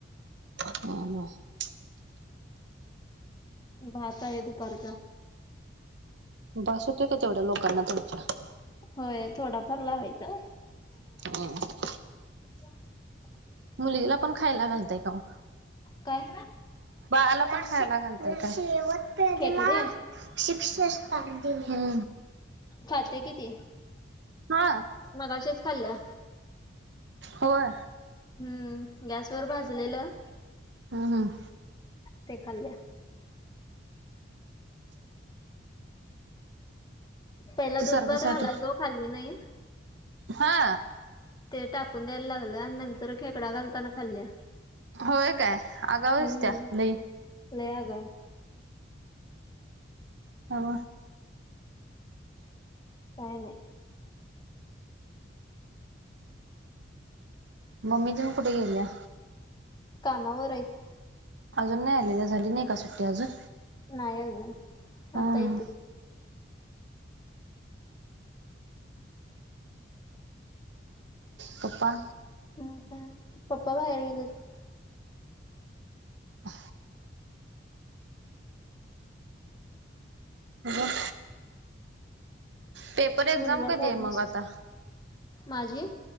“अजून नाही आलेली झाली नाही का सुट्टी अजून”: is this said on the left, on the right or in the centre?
Right